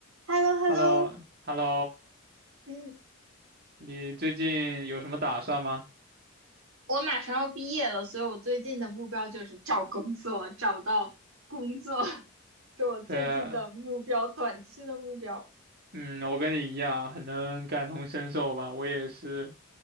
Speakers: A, on the right (about 75°); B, on the right (about 45°).
A: h e l l o h e
B: h
A: l
B: e
A: l
B: l l o
A: o
B: h e l l o
A: 嗯，
B: 你最近有什么打算吗？
A: 我马上要毕业了，所以我最近的目标就是找工作，找到工作，<laughs> 是我最近的目标，
B: 对，
A: 短期的目标。
B: 嗯，我跟你一样，很能感同身受吧。我也是